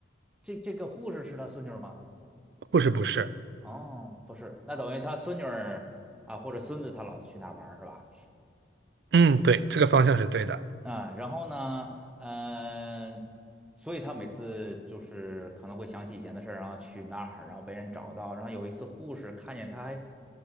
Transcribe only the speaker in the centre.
这这个护士是他孙女儿吗？
哦，不是，那等于他孙女儿啊，或者孙子，他老去那儿玩儿是吧？
嗯，然后呢，嗯、所以他每次就是可能会想起以前的事儿，然后去那儿，然后被人找到，然后有一次护士看见他还